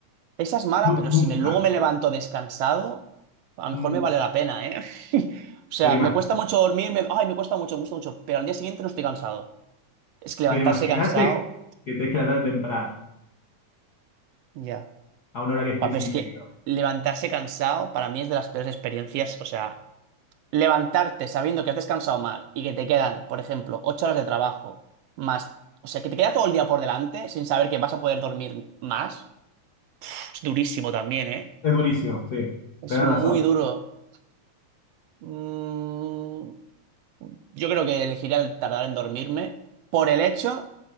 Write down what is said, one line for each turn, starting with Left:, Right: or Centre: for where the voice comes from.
Right: esa es mala,
Left: Nu-
Right: pero
Left: nunca.
Right: si me, luego me levanto descansado, a lo mejor
Left: Mm,
Right: me vale la pena, ¿eh? <laughs> O sea,
Left: pero
Right: me cuesta mucho dormir, me- ay, me cuesta mucho, me gusta mucho, pero al día siguiente no estoy cansado. Es que levantarse
Left: Pero imagínate
Right: cansado,
Left: que tenés que levantar temprano,
Right: ya.
Left: a un horario específico.
Right: Pa, Pero es que levantarse cansado para mí es de las peores experiencias. O sea, levantarte sabiendo que has descansado mal y que te quedan, por ejemplo, ocho horas de trabajo más. O sea, que te queda todo el día por delante sin saber que vas a poder dormir más. Es durísimo también, ¿eh?
Left: Es durísimo, sí,
Right: Es
Left: tenés
Right: muy
Left: razón.
Right: duro. Mm, Yo creo que elegiría el tardar en dormirme por el hecho